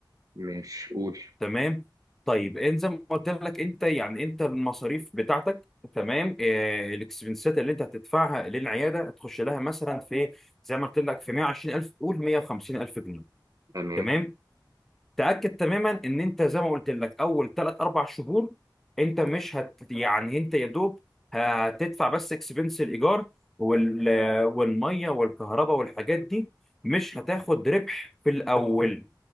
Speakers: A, on the right (about 45°); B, in the centre.
A: مش قول
B: تمام طيب انت زي ما قلت لك انت يعني انت المصاريف بتاعتك تمام آه، الاكسبنسات اللي انت هتدفعها للعياده هتخش لها مثلا في إيه؟ زي ما قلت لك في 120000 قول 150000 جنيه
A: تمام
B: تمام تاكد تماما ان انت زي ما قلت لك اول ثلاث اربع شهور انت مش هت يعني انت يا دوب هتدفع بس اكسبنس الايجار وال... والميه والكهرباء والحاجات دي مش هتاخد ربح في الاول